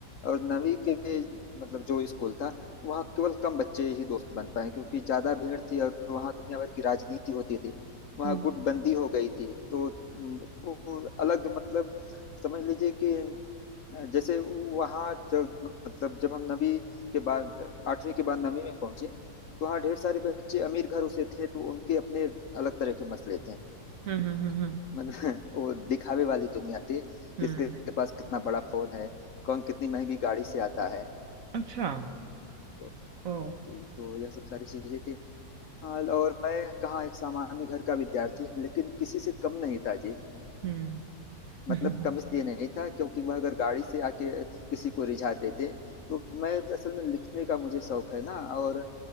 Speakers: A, on the left; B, on the right.
A: और नवी के मतलब जो स्कूल था वहाँ केवल कम बच्चे ही दोस्त बन पाए क्योंकि ज्यादा भीड़ थी और वहाँ दुनिया भर की राजनीति होती थी वहाँ
B: हम्म
A: गुटबंदी हो गई थी तो, तो अलग मतलब समझ लीजिए कि जैसे वहाँ जब मतलब जब हम नवी के बाद आठवीं के बाद नवी में पहुंचे तो वहाँ ढेर सारे बच्चे अमीर घरों से थे तो उनके अपने अलग तरह के मसले थे
B: हम्म हम्म हम्म
A: मतलब <laughs> वो दिखावे वाली दुनिया थी
B: हम्म,
A: किसके
B: हम्म,
A: पास कितना बड़ा फोन है कौन कितनी महंगी गाड़ी से आता है
B: अच्छा
A: तो
B: ओ
A: जी तो यह सब सारी चीजें थी हाल और मैं कहाँ एक सामान्य घर का विद्यार्थी लेकिन किसी से कम नहीं था जी
B: हम्म
A: मतलब
B: <laughs>
A: कम इसलिए नहीं था क्योंकि वह अगर गाड़ी से आके किसी को रिझाते थे तो मैं असल में लिखने का मुझे शौक है ना और